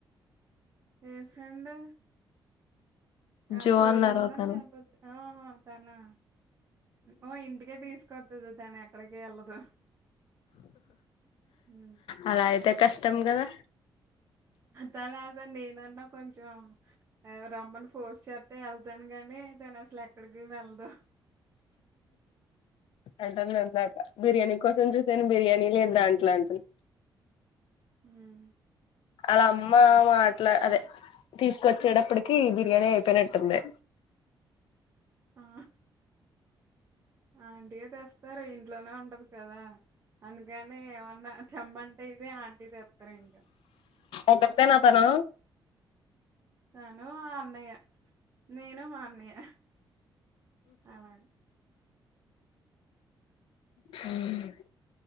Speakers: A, on the right; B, on the left.
A: ఏ ఫ్రెండ్ ఆ
B: జో
A: షోరూమ్
B: అన్నారు
A: దా
B: తను
A: లేకపోతే ఆహ తనా ఓ ఇంటికే తీసుకొత్తది తను ఎక్కడికి వెళ్ళదు ఉమ్.
B: అలా అయితే కష్టం కదా
A: తనసలు నేనన్నా కొంచెం రమ్మని ఫోర్స్ చేస్త వెళ్ తాను కానీ తను అసలు ఎక్కడికి వెళదు
B: అంటంది ఇందాకా బిర్యానీ కోసం చూసాను బిర్యానీ లేదు దాంట్లో అంటంది
A: హ్మ్
B: ఆళ్ళమ్మ అట్లా అదే తీసుకొచ్చేటప్పటికి బిర్యానీ అయిపోయినట్టుంది
A: ఆ ఆంటీ యే తెస్తారు ఇంట్లోనే ఉంటది కదా అందుకనే ఏమన్నా తెమ్మంటే ఇదే ఆంటీ తెత్తరు ఇంకా
B: ఒకత్తేనా తను
A: తను ఆ అన్నయ్య నేను మా అన్నయ్య అలాగ
B: హ్మ్